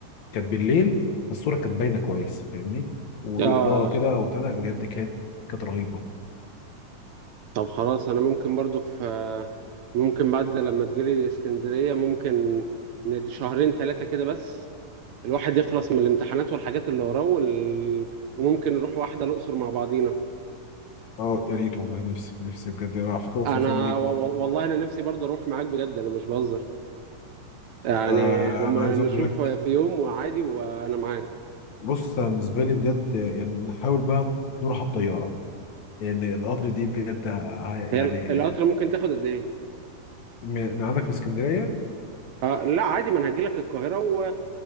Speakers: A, on the left; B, on the right.
A: كانت بالليل فالصوره كانت باينه كويس فاهمني واضاءه
B: اه
A: كده وبتاع لا، بجد كانت كانت رهيبه
B: طب خلاص انا ممكن برضو في آه، ممكن بعد لما تجيلي اسكندرية ممكن ند- شهرين ثلاثة كده بس الواحد يخلص من الامتحانات والحاجات اللي وراه وال... وممكن نروح واحدة الأقصر مع بعضينا
A: اه يا ريت والله نفسي نفسي بجد على فكره الاقصر
B: انا
A: واسوان دي بجد
B: و... و- والله انا نفسي برضو اروح معاك بجد انا مش بهزر يعني
A: آه
B: ما
A: انا عايز
B: نشوف
A: اقول لك
B: في يوم وعادي وانا معاك
A: بص أنا بالنسبه لي بجد يعني نحاول بقى نروحها بطياره يعني القطر دي بجد ه- يعني
B: هي ال- القطر ممكن تاخد قد ايه
A: من من عندك من اسكندريه
B: آه لا عادي ما انا هجيلك القاهرة و...